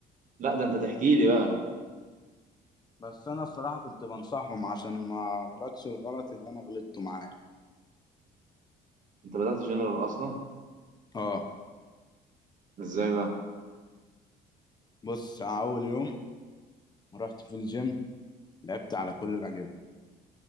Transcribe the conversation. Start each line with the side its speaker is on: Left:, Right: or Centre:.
Right: لا ده انت تحكي لي بقى
Left: بس انا الصراحه كنت بنصحهم عشان ما اغلطش الغلط اللي انا غلطته معاه
Right: انت بدأت جنرال اصلا
Left: اه
Right: ازاي بقى
Left: بص اول يوم رحت في الجيم لعبت على كل الاجهزه